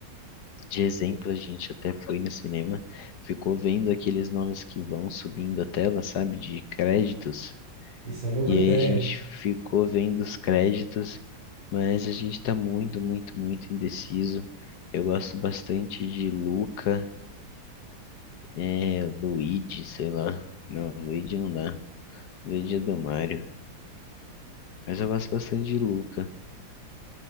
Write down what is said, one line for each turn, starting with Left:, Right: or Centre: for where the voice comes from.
Left: de exemplo, a gente até foi no cinema, ficou vendo aqueles nomes que vão subindo a tela, sabe, de créditos,
Right: Isso é uma boa
Left: e
Right: ideia.
Left: aí a gente ficou vendo os créditos, mas a gente tá muito, muito, muito indeciso. Eu gosto bastante de Luca, é, Luigi, sei lá. Não, Luigi não dá. Luigi é do Mario. Mas eu gosto bastante de Luca.